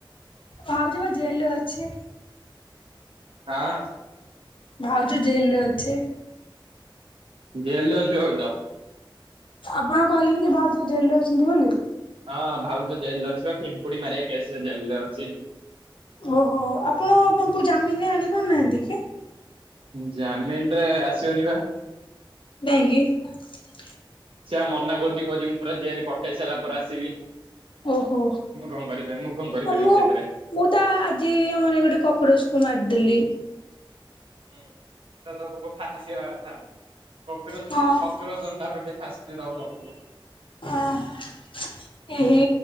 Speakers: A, on the left (about 70°); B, on the right (about 85°).
A: ଭାଉଜ ବା ଜେଲ୍ ରେ ଅଛି।
B: ହାଁ।
A: ଭାଉଜ ଜେଲ୍ ରେ ଅଛି।
B: ଜେଲ୍ ରେ ଅଛି। ହୋଉ ଯାଉ।
A: ଆପଣ କହିଲେନି କି ଭାଉଜ ଜେଲ୍ ରେ ଅଛନ୍ତି ବୋଲି।
B: ହଁ ଭାଉଜ ଜେଲ୍ ରେ ଅଛିିବା। ପିମ୍ପୁଡି ମାରିବା କେସ୍ ରେ ଜେଲ୍ ରେ ଅଛି।
A: ଓହୋ ଆପଣ ତାଙ୍କୁ ଜାମିନ୍ ରେ ଆଣି ପାରୁନାହାଁନ୍ତି କି?
B: ଜାମେନ୍ ରେ ଆସିବନି ବା।
A: କାହିଁକି?
B: ସେଆ ମନା କରୁଛି। କହୁଛି ମୁଁ ପୁରା ଜେଲେ କଟେଇ ସାରିଲା ପରେ ଆସିବି।
A: ଓହୋ
B: ମୁଁ କଣ କରିପାରିବି ମୁଁ କଣ କରିପାରିବି
A: ଆ ମୁଁ
B: ସେଇଥିରେ।
A: ମୁଁ ତ ଆଜି ମାନ ଗୋଟେ କକରୋଜ୍ କି ମାରିଦେଲି।
B: ହୁଁ ଥାଉ ଥାଉ ପୋକ ଫା। ଫାସିବା କଥା କୋକ୍ରୋଜ
A: ହଁ
B: କୋକ୍ରୋଜ ଜନତା ପାଟି ଫାସ ରାହୁ ରାହୁଲୁ।
A: ଓହୋ ଏହି